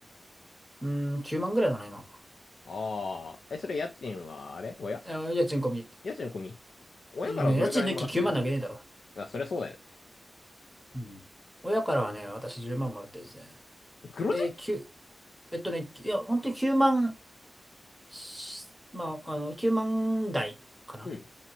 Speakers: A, in the centre; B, on the left (about 75°).
A: うーん、9万ぐらいかな、今。
B: あー、え、それ家賃は、あれ親
A: え家賃込み。
B: 家賃込み親からどれぐらいもらってる
A: いや家賃抜き9万投げねえだろ。
B: あ、そりゃそうだよね。
A: うん。親からはね、私10万もらってるんですね。
B: 黒字
A: で、9、えっとね、いや、本当に9万し、まあ、あの、9万台かな。
B: うん。